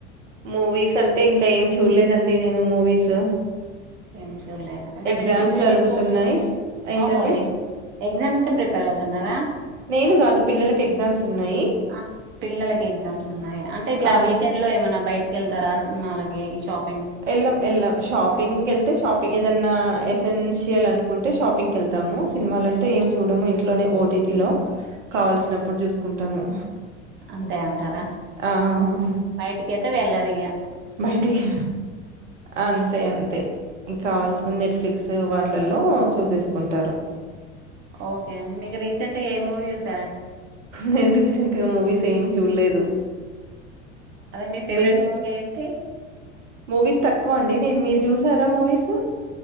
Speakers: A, on the right; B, on the right.
A: మూవీస్ అంటే ఇంకా ఏం చూడలేదండి నేను మూవీస్.
B: ఎం ఇష్టం లేదు, అంటే
A: ఎగ్జామ్స్
B: మీరు టీవీలో
A: జరుగుతున్నాయి
B: ఎక్కువ
A: ఏంటండి
B: ఓహో ఎస్ ఎగ్జామ్స్ కి ప్రిపేర్ అవుతున్నారా?
A: నేను కాదు పిల్లలకి ఎగ్జామ్స్ ఉన్నాయి
B: ఆ పిల్లలకి ఎగ్జామ్స్ ఉన్నాయ, అంటే ఇట్లా
A: ఆ
B: వీకెండ్ లో ఏమైన్నా బయట గెళ్తారా సినిమాలకి ఈ శాప్
A: ఎల్లం ఎల్లం షాపింగ్ ఎళ్తే షాపింగ్ ఏదన్నా ఎసెన్షియల్ అనుకుంటే షాపింగ్క వెళ్తాము, సినిమాలంటే ఏం చూడము ఇంట్లోనే ఓటీటీ లో, కావాల్సినప్పుడు చూసుకుంటాము.
B: అంతే అంటార,
A: ఆ
B: బయటికి ఐతే వెల్లరిగా
A: బయటికి అంతే అంతే ఇంకా కావాల్సికుంది ఎట్ ఫ్లిక్స్ వాటిలల్లో చూసేసుకుంటారు.
B: ఓకే అండి మీకు రీసెంట్ ఏ మూవి చూస్
A: నెంది రీసెంట్ గా మూవీస్ ఏం చూడలేదు.
B: అదే మీ ఫేవరెట్
A: మీరు,
B: మూవీ ఏంటి
A: మూవీస్ తక్కువ అండి. నేను మీరు చూసారా మూవీస్